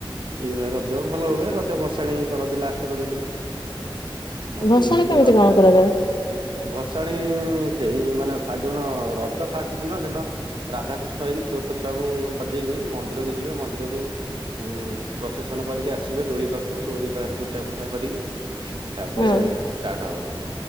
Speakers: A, on the right (about 65°); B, on the left (about 55°).
A: ଏଇଭଳିଆ ରଜ ଭଲ ହୁଏ ରଜ ଭସାଣି କରନ୍ତି ଲାଷ୍ଟ ରଜ ଦିନ ଆଉ
B: ଭସାଣି
A: ତିନି ଦିନ
B: କେମିତି
A: ରଜ
B: କଣ କରାଯାଏ?
A: ଭସାଣି ସେଇ ମାନେ ଫାଷ୍ଟ ଦିନ ରଜ ଫାଷ୍ଟ ଦିନ ସେଦିନ ରାଧାକୃଷ୍ଣ ହେଇକି ଛୋଟ ଛୁଆଙ୍କୁ ସଜେଇକି ମନ୍ଦିରକୁ ଯିବେ ମନ୍ଦିରରୁ ଉଁ ପ୍ରସେସନ କରିକି ଆସିବେ ଦୋଳି ପାଖକୁ ଦୋଳି ପାଖରେ ପୂଜା ଫୂଜା କରିକି ତାପରେ
B: ହଁ
A: ଷ୍ଟାର୍ଟ ହବ